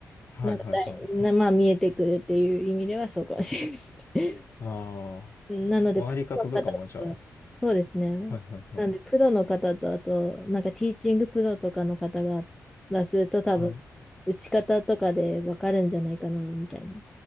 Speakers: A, on the left (about 40°); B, in the centre.
A: はい、
B: なんかだいな、
A: はい、はい。
B: まあ見えてくるっていう意味ではそうかもしれないです。<laughs>
A: ああ、
B: なので、
A: 回り方とかもじゃあ。
B: プロの方とか、そうですね。
A: はい、はい、はい。
B: なんで、プロの方と、あと、なんかティーチングプロとかの方が、がすると多分、
A: はい。
B: 打ち方とかで分かるんじゃないかな、みたいな。